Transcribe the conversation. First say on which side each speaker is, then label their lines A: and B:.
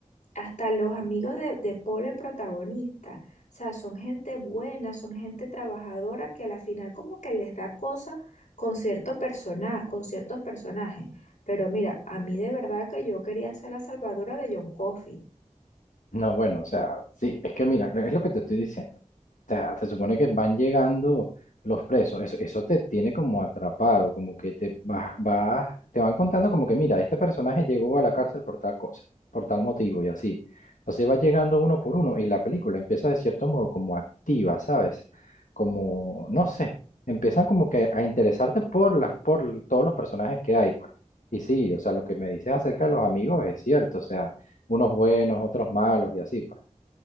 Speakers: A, on the left; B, on the left.
A: hasta los amigos de, de Paul, el protagonista. O sea, son gente buena, son gente trabajadora que a la final como que les da cosa con cierto persona, con ciertos personajes. Pero mira, a mí de verdad que yo quería ser la salvadora de John Coffey.
B: No, bueno, o sea, sí, es que mira, es lo que te estoy diciendo. O sea, se supone que van llegando los presos, eso, eso te tiene como atrapado, como que te vas, vas, te van contando como que mira, este personaje llegó a la cárcel por tal cosa, por tal motivo y así. Entonces va llegando uno por uno y la película empieza de cierto modo como activa, ¿sabes? Como, no sé, empiezan como que a interesarte por las, por todos los personajes que hay, pues. Y sí, o sea, lo que me dices acerca de los amigos es cierto, o sea unos buenos, otros malos y así, pues.